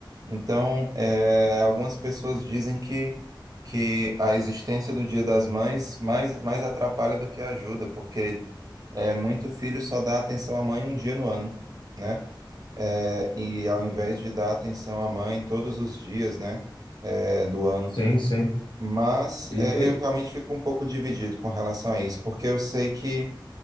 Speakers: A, on the right; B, on the left.
A: Então, é, algumas pessoas dizem que que a existência do Dia das Mães mais, mais atrapalha do que ajuda, porque é, muito filho só dá atenção à mãe um dia no ano, né? É, e ao invés de dar atenção à mãe todos os dias, né, é, do ano.
B: sim, sim.
A: Mas
B: E,
A: é, eu realmente fico um pouco dividido com relação a isso, porque eu sei que